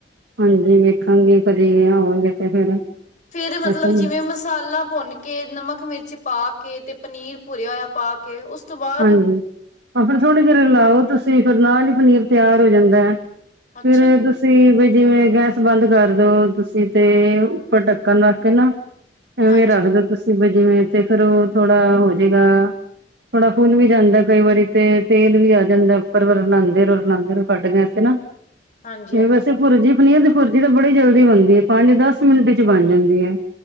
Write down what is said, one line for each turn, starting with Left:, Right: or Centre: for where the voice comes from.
Right: ਹਾਂਜੀ! ਵੇਖਾਂਗੇ ਕਦੀ ਆਵਾਂਗੇ ਤੇ ਫੇਰ
Left: ਫੇਰ ਮਤਲਬ
Right: ਵੈਸੇ
Left: ਜਿਵੇਂ ਮਸਾਲਾ ਭੁੰਨ ਕੇ ਨਮਕ ਮਿਰਚ ਪਾ ਕੇ ਤੇ ਪਨੀਰ ਭੁਰਿਆ ਹੋਇਆ ਪਾ ਕੇ, ਉਸ ਤੋਂ ਬਾਅਦ
Right: ਹਾਂਜੀ ਹਾਂ। ਫੇਰ ਥੋੜੇ ਚਿਰ ਹਿਲਾਓ ਤੁਸੀਂ ਫਿਰ ਨਾਲ ਈ ਪਨੀਰ ਤਿਆਰ ਹੋ ਜਾਂਦੇ।
Left: ਅੱਛਾ
Right: ਫੇਰ
Left: ਜੀ
Right: ਤੁਸੀਂ ਜਿਵੇਂ ਗੈਸ ਬੰਦ ਕਰ ਦੋ ਤੁਸੀਂ ਤੇ ਉੱਪਰ ਢੱਕਣ ਰੱਖ ਕੇ ਨਾ ਐਵੇਂ
Left: ਹਾਂਜੀ
Right: ਰੱਖਦੇ
Left: ਹਾਂਜੀ
Right: ਤੁਸੀਂ ਜਿਵੇਂ ਤੇ ਫੇਰ ਉਹ ਥੋੜ੍ਹਾ ਹੋ ਜਾਏਗਾ। ਥੋੜਾ ਫੁੱਲ ਵੀ ਜਾਂਦਾ ਕਈ ਵਾਰੀ ਤੇ ਤੇਲ ਵੀ ਆ ਜਾਂਦਾ ਉੱਪਰ ਵ ਰਲਾਉਂਦੇ ਰਹੋ ਰਲਾਉਂਦੇ ਰਹੋ ਕੱਢ ਗ ਨਾ
Left: ਹਾਂਜੀ
Right: ਇਹ
Left: ਹਾਂਜੀ
Right: ਵੈਸੇ ਪੁਰ ਜੀਪ ਨ ਭੁਰਜੀ ਤਾਂ ਬੜੀ ਜਲਦੀ ਬਣਦੀ ਏ ਪੰਜ ਦਸ ਮਿੰਟ 'ਚ ਬਣ ਜਾਂਦੀ ਏ।